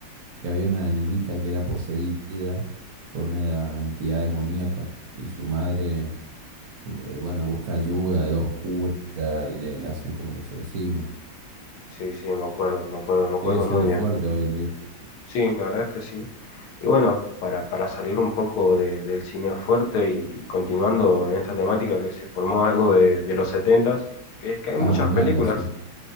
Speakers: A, on the right; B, on the left.
A: que había una nenita que era poseída por una entidad demoníaca y su madre eh, bueno, busca ayuda de dos curas y le, le hacen como el exorcismo.
B: Sí, sí, me acuerdo, me acuerdo, me acuerdo
A: Sigue siendo
B: muy bien.
A: fuerte hoy en día.
B: Sí, la verdad es que sí. Y bueno, para, para salir un poco de- del cine fuerte y continuando en esta temática que se formó algo de, de los setentas, que es que hay muchas
A: Ah, me encanta,
B: películas
A: sí. <laughs>